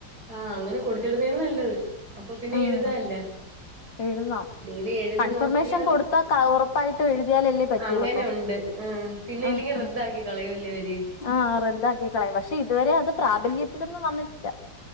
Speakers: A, on the right; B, on the left.
A: ആഹ് അങ്ങനെ കൊടുത്തിടുന്നേണ് നല്ലത് അപ്പൊ പിന്നെ
B: ആഹ്
A: എഴുതാല്ലാ <unintelligible>
B: എഴുതാം
A: ഇങ്ങനെ എഴുതി
B: കൺഫർമേഷൻ
A: നോക്കിയാ
B: കൊടുത്താ ക ഉറപ്പായിട്ടും എഴുതിയാലല്ലേ പറ്റുള്ളൂ
A: അങ്ങനൊണ്ട്
B: ഇപ്പം
A: ആഹ് പിന്നെ
B: ഉം
A: ഇല്ലെങ്കി റദ്ദാക്കി
B: ഉം
A: കളയല്ലോര്
B: ആഹ് റദ്ദാക്കിക്കളയും പക്ഷെ ഇതുവരെ അത് പ്രാബല്യത്തിലൊന്നും വന്നിട്ടില്ല